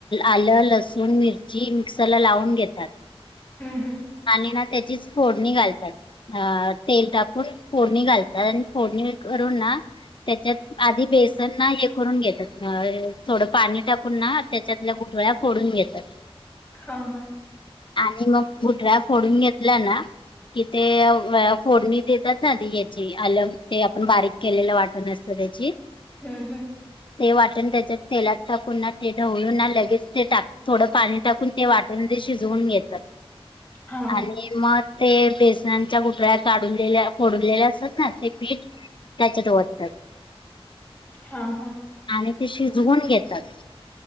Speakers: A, on the left; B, on the left.
A: आलं, लसूण, मिरची, मिक्सरला लावून घेतात.
B: हम्, हम्,
A: आणि ना, त्याचीच फोडणी घालतात. अ, तेल टाकून फोडणी घालतात. आणि फोडणी करून ना त्याच्यात, आधी बेसन ना. हे करून घेतात, थोडं पाणी टाकून ना, त्याच्यातल्या, गुठळ्या फोडून घेतात.
B: हा, ह,
A: आणि मग, गुठळ्या फोडून घेतला ना. की, ते फोडणी देतात ना? ती याची ते आलं, बारीक केलेल वाटण, असत त्याची,
B: ह्म्म, ह्म्म,
A: ते, वाटण त्याच्यात तेलात टाकून ना ते, ढवळू ना, लगेच ते टाक थोडं पाणी टाकून ते, वाटन मध्ये शिजवून घेतात,
B: हा
A: आणि मग, ते, बेसनांच्या गुठळ्या काढूनल्या, फोडूनलेल्या असतात, ना ते पीठ, त्याच्यात ओततात.
B: हा, हा,
A: आणि ती, शिजवून घेतात.